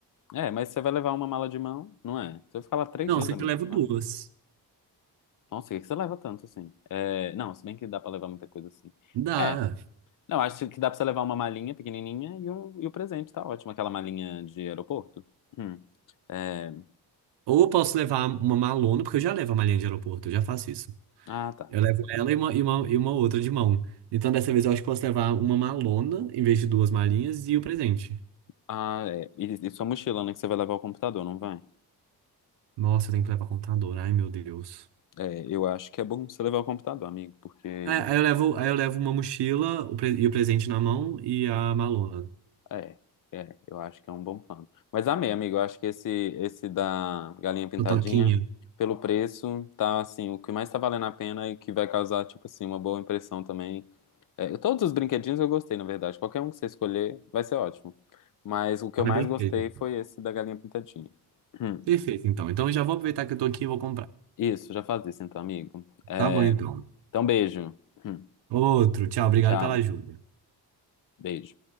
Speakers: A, on the left; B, on the right.
A: é, mas você vai levar uma mala de mão, não é? Você vai ficar lá três
B: Não,
A: dias,
B: eu sempre
A: amigo.
B: levo duas.
A: Ah, Nossa, o que que você leva tanto assim? É, não, se bem que dá pra levar muita coisa assim.
B: Dá.
A: É, não, acho que dá pra você levar uma malinha pequenininha e, um, e o presente, tá ótimo. Aquela malinha de aeroporto. Hum, é,
B: Ou eu posso levar uma malona, porque eu já levo a malinha de aeroporto, eu já faço isso.
A: ah, tá.
B: Eu levo ela e uma, e uma, e uma outra de mão. Então dessa vez eu acho que posso levar uma malona em vez de duas malinhas e o presente.
A: Ah, é. E, e sua mochila, né? Que você vai levar o computador, não vai?
B: Nossa, eu tenho que levar computador, ai meu Deus.
A: É, eu acho que é bom você levar o computador, amigo, porque
B: É, aí eu levo, aí eu levo uma mochila o pre- e o presente na mão e a malona.
A: É, é, eu acho que é um bom plano. Mas amei, amigo, eu acho que esse, esse da galinha pintadinha,
B: A toquinha.
A: pelo preço, tá assim, o que mais tá valendo a pena e que vai causar, tipo assim, uma boa impressão também. É, todos os brinquedinhos eu gostei, na verdade. Qualquer um que você escolher vai ser ótimo. Mas o que
B: Ah,
A: eu
B: perfeito.
A: mais gostei foi esse da galinha pintadinha. Hum,
B: Perfeito, então. Então eu já vou aproveitar que eu tô aqui e vou comprar.
A: Isso, já faz isso então, amigo. É,
B: Tá bom, então.
A: então, beijo. Hum,
B: Outro. Tchau, obrigado
A: Tchau,
B: pela ajuda.
A: beijo.